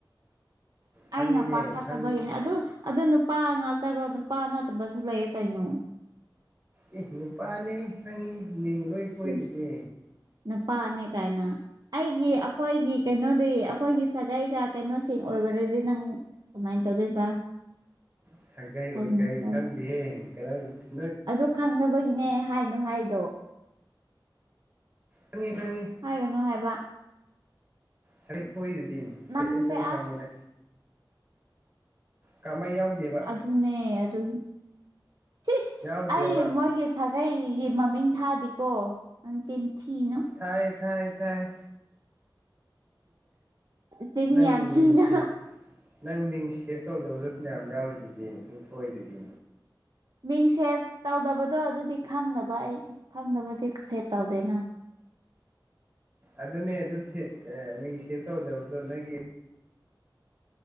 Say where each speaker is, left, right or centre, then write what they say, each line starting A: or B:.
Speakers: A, on the right (about 20°); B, on the right (about 55°).
A: ꯈꯪꯉꯤꯅꯦ
B: ꯑꯩꯅ ꯄꯥꯏꯈꯠꯇꯕꯒꯤꯅꯦ
A: ꯈꯪꯉꯤ
B: ꯑꯗꯨ ꯑꯗꯨ ꯅꯨꯄꯥ ꯉꯥꯛꯇꯔꯣ ꯅꯨꯄꯥ ꯅꯠꯇꯕꯁꯨ ꯂꯩꯌꯦ ꯀꯩꯅꯣ
A: ꯑꯤ ꯅꯨꯄꯥꯅꯦꯍꯤ ꯈꯪꯉꯤ ꯃꯤꯡ ꯂꯣꯏ ꯊꯣꯛꯏꯗꯨꯗꯤ
B: ꯁꯤꯁ ꯅꯨꯄꯥꯅꯦ ꯀꯥꯏꯅ ꯑꯩꯒꯤ ꯑꯩꯈꯣꯏꯒꯤ ꯀꯩꯅꯣꯗꯤ ꯑꯩꯈꯣꯏꯒꯤ ꯁꯥꯒꯩꯒ ꯀꯩꯅꯣꯁꯤꯡ ꯑꯣꯏꯕꯔꯗꯤ ꯅꯪ ꯀꯃꯥꯏ ꯇꯧꯗꯣꯏꯕ
A: ꯁꯥꯒꯩ
B: ꯈꯪꯉꯦꯀꯣ
A: ꯑꯣꯏꯈꯩ ꯈꯪꯗꯤꯌꯦ <unintelligible>
B: ꯑꯗꯨ ꯈꯪꯗꯕꯒꯤꯅꯦ ꯍꯥꯏꯅꯨ ꯍꯥꯏꯗꯣ
A: ꯈꯪꯉꯦ ꯈꯪꯉꯤ
B: ꯍꯥꯏꯒꯅꯣ ꯍꯥꯏꯕ
A: ꯁꯥꯏꯊꯣꯛꯏꯗꯨꯗꯤ ꯁ
B: ꯅꯪꯁꯦ
A: ꯑꯩ ꯂꯣꯏ ꯈꯪꯉꯤꯗ
B: ꯑꯁ
A: ꯀꯥꯃꯩ ꯌꯥꯎꯗꯦꯕꯥ
B: ꯑꯗꯨꯅꯦ ꯑꯗꯨ ꯁꯤꯁ
A: ꯌꯥꯎꯗꯦꯕ
B: ꯑꯩ ꯃꯣꯏꯒꯤ ꯁꯥꯒꯩꯒꯤ ꯃꯃꯤꯡ ꯊꯥꯗꯤꯀꯣ ꯅꯪ ꯆꯤꯟ ꯊꯤꯅꯨ
A: ꯊꯥꯏ ꯊꯥꯏ ꯊꯥꯏ
B: ꯆꯤꯟ
A: ꯅꯪ
B: ꯌꯥꯝ ꯊꯤꯅ
A: ꯃꯤꯡꯁꯤ ꯅꯪ ꯃꯤꯡ ꯁꯦꯞ ꯇꯧꯗꯕꯁꯨ ꯃꯌꯥꯝ ꯌꯥꯎꯋꯤ ꯑꯗꯨꯗꯤ ꯑꯗꯨꯝꯊꯏ ꯑꯗꯨꯗꯤ
B: ꯃꯤꯡ ꯁꯦꯞ ꯇꯧꯗꯕꯗꯣ ꯑꯗꯨꯗꯤ ꯈꯪꯗꯕ ꯑꯩ ꯈꯪꯗꯕꯗꯤ ꯁꯦꯞ ꯇꯧꯗꯣꯏꯅ
A: ꯑꯗꯨꯅꯦ ꯑꯗꯨ ꯊ ꯃꯤꯡ ꯁꯦꯞ ꯇꯧꯗꯕꯗꯣ ꯅꯣꯏꯒꯤ